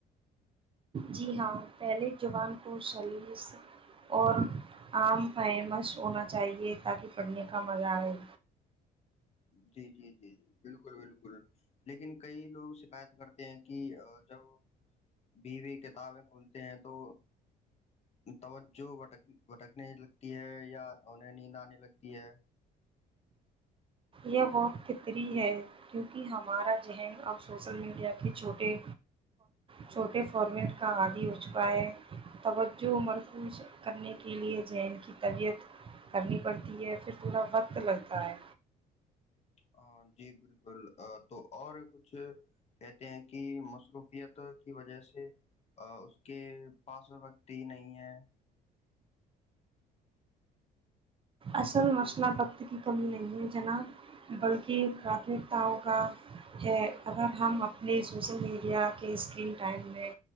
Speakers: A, on the right; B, on the left.
A: جی ہاں پہلے زبان کو سلیس اور آم ف مس سنا چاہیے تاکہ پڑھنے کا مزہ آئے
B: جی جی جی جی بالکل بالکل لیکن کئی لوگ شکایت کرتے ہیں کہ جب بھی بھی کتابیں کھولتے ہیں تو توجہ بٹک بھٹکنے لگتی ہے یا انہیں نیند آنے لگتی ہے
A: یہ بہت فطری ہے کیونکہ ہمارا ذہن اب سوسل میڈیا کے چھوٹے چھوٹے فارمیٹ کا عادی ہو چکا ہے توجہ مرکوز کرنے کے لئے ذہن کی طبیعت کرنی پڑتی ہے پھر تھوڑا وقت لگتا ہے
B: ہ جی بالکل تو اور کچھ کہتے ہیں کہ مصروفیت کی وجہ سے اس کے پاس وقت ہی نہیں ہے
A: اصل مسئلہ وقت کی کمی نہیں ہے جنا بلکہ پراتھمکتاؤں کا ہے اگر ہم اپنے سوسل میڈیا کے اسکن ٹائم میں